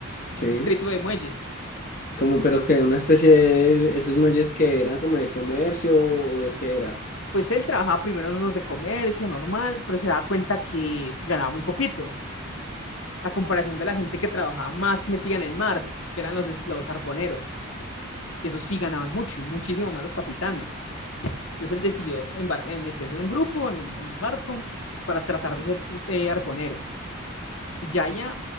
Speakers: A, on the left; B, on the left.
A: un
B: Sí.
A: distrito de muelles.
B: Como, pero que una especie de esos muelles que eran como de comercio o de qué era.
A: Pues él trabajaba primero en unos de comercio normal, pero se da cuenta que ganaba muy poquito, a comparación de la gente que trabajaba más metida en el mar, que eran los, des- los arponeros, que esos sí ganaban mucho y muchísimo más los capitanes. Entonces él decidió embar- eh, meterse en un grupo, en un, en un barco, para tratar de ser eh, arponero. Yaya,